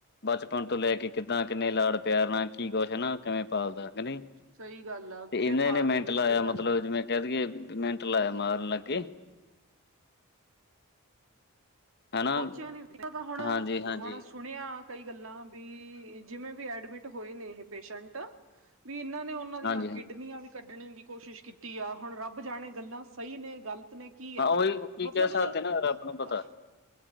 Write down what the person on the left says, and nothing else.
ਬਚਪਨ ਤੋਂ ਲੈਕੇ ਕਿੱਦਾਂ ਕਿੰਨੇ ਲਾੜ ਪਿਆਰ ਨਾਲ ਕੀ ਕੁਛ ਨਾ ਓ ਕਿਵੇਂ ਪਾਲਦਾ ਨ,
ਤੇ
ਏਨੇ
ਨੇੇ ਮਿੰਟ
ਲਾਯਾ
ਮਤਲਬ
ਜਿਵੇਂ ਕੈ ਦਈਏ ਮਿੰਟ ਲਾਯਾ ਮਾਰਨ ਲੱਗੇ। ਹਨਾ
ਹਾਂਜੀ ਹਾਂਜੀ
ਹਾਂਜੀ ਹਾਂ
ਹਾਂ ਉਹੀ ਕੀ
ਕਹਿ ਸਕਦੇ
ਨਾ ਰੱਬ ਨੂੰ ਪਤਾ